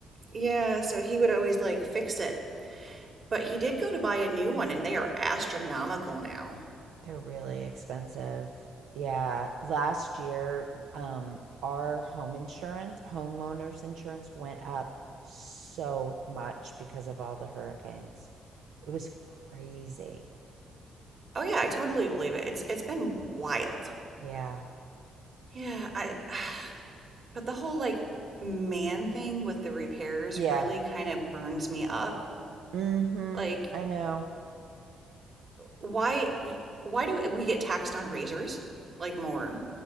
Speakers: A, on the right (about 45°); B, on the right (about 80°).
A: yeah, so he would always like fix it. But he did go to buy a new one and they are astronomical now.
B: They're really expensive. Yeah. Last year, um, our home insurance, homeowners insurance went up so much because of all the hurricanes. It was crazy.
A: Oh yeah, I totally believe it. It's it's been wild.
B: Yeah.
A: Yeah, I <sighs> but the whole like man thing with the repairs
B: Yeah.
A: really kind of burns me up.
B: Mm-hmm.
A: Like
B: I know.
A: why why do we get taxed on razors? Like more?